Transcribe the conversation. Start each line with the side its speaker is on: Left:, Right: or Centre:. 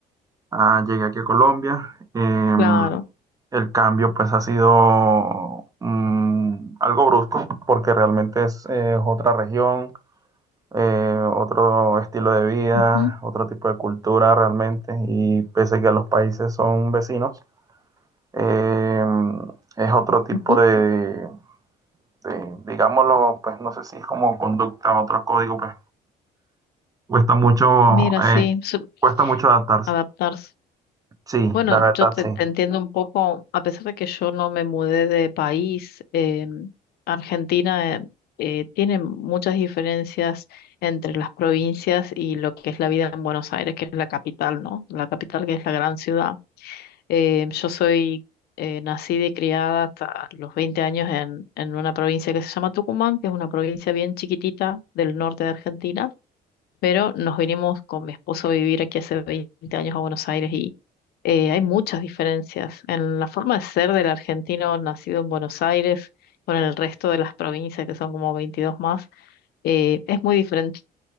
Right: Ah, llegué aquí a Colombia. em,
Left: Claro.
Right: el cambio pues ha sido mm, algo brusco porque realmente es, eh, es otra región, eh, otro estilo de vida,
Left: Ujú,
Right: otro tipo de cultura realmente y pese a que los países son vecinos, em, es otro tipo
Left: ujú.
Right: de, de, digámoslo, pues no sé si es como conducta, otro código, pues cuesta mucho,
Left: Mira,
Right: eh,
Left: sí, su-
Right: cuesta mucho adaptarse.
Left: adaptarse.
Right: Sí,
Left: Bueno,
Right: la verdad,
Left: yo te,
Right: sí.
Left: te entiendo un poco, a pesar de que yo no me mudé de país, eh, Argentina eh, eh, tiene muchas diferencias entre las provincias y lo que es la vida en Buenos Aires, que es la capital, ¿no? La capital que es la gran ciudad. Eh, yo soy eh, nacida y criada hasta los 20 años en, en una provincia que se llama Tucumán, que es una provincia bien chiquitita del norte de Argentina pero nos vinimos con mi esposo a vivir aquí hace 20 años a Buenos Aires y eh, hay muchas diferencias en la forma de ser del argentino nacido en Buenos Aires con el resto de las provincias, que son como 22 más. eh, es muy diferente,